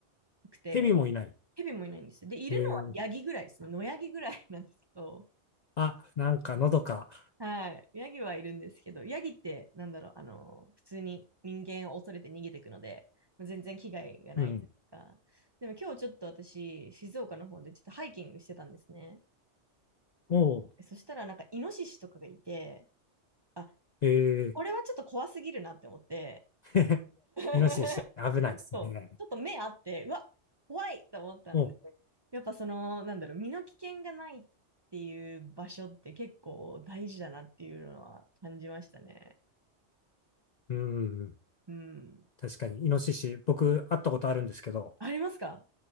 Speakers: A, on the right; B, on the left.
A: くて、
B: 蛇もいない。
A: 蛇もいないんですよ。で、いるのはヤギぐらいですね。
B: えー、
A: 野ヤギぐらいなんですけど、
B: あ、なんかのどか。
A: はい。ヤギはいるんですけど、ヤギってなんだろう、あの、普通に人間を恐れて逃げていくので、まあ全然危害がないか。
B: うん。
A: でも今日ちょっと私、静岡の方でちょっとハイキングしてたんですね。
B: おう、
A: そしたらなんかイノシシとかがいて、あ、
B: えー、
A: これはちょっと怖すぎるなって思って、
B: <laughs> イノシシ危ないですね。
A: <laughs> そう、ちょっと目あって、うわ、怖いと思ったんで、
B: おう、
A: やっぱその、なんだろう、身の危険がないっていう場所って結構大事だなっていうのは感じましたね。
B: うん。
A: うん。
B: 確かに、イノシシ、僕会ったことあるんですけど、
A: ありますか